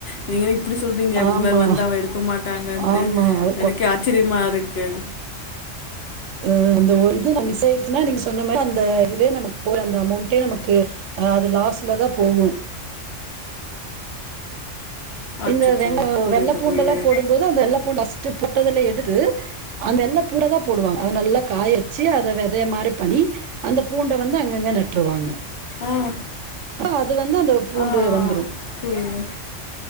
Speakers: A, on the left; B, on the right.
A: நீங்க என்ன இப் இப்டி சொல்றீங்க இது
B: ஆமா,
A: மாரி வந்தா அவ எடுக்க மாட்டாங்கன்ட்டு
B: ஆமா. அது கொ
A: எனக்கே ஆச்சரியமா இருக்கு
B: அஹ் அந்த இது ந மிஸ் ஆயிடுச்சுன்னா நீங்க சொன்ன மா அந்த இதுவே நமக்கு போ அந்த அமௌண்டே நமக்கு அது லாஸ்லதா போகும் இந்த
A: அச்சச்சோ
B: வெங்க
A: புரியுது
B: வெள்ளை பூண்டு
A: புரியுது
B: எல்லாம் போடும்போது அந்த வெள்ளை பூண்டு பஸ்ட்டு பொட்டதுல எடுத்து அ வெள்ள பூ போடுவாங்க அதை நல்லா காய வச்சு அதை விதைய மாரி பண்ணி அந்த பூண்ட வந்து அங்கங்க நட்டுருவாங்க
A: ஆ
B: அ அது வந்து அந்த பூண்டு
A: ஆ ஆ
B: வந்துரும்
A: புரியுது